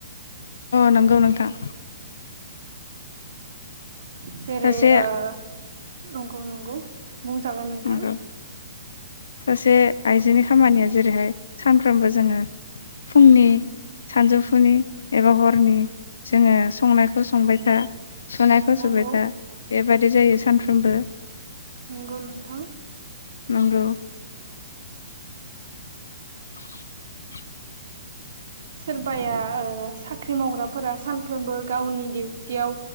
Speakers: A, on the left; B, on the right.
A: नोंगौ नोंथां।
B: जेरै
A: सासे
B: ओ। नंगौ नंगौ। बुंजागोन नोंथां।
A: नंगौ सासे आइजोनि खामानिया जेरैहाय सानफ्रोमबो जोंङो फुंनि सानजौफुनि एबा हरनि जोङो संनायखौ संबाय था। सुनायखौ
B: नंगौ
A: सुबायथा। बेबायदि जायो सानफ्रोमबो।
B: नंगौ नोंथां।
A: नोंगौ। <inaudible>
B: सोरबाया ओ साख्रि मावग्राफोरा सानफ्रोमबो गावनि डिउटियाव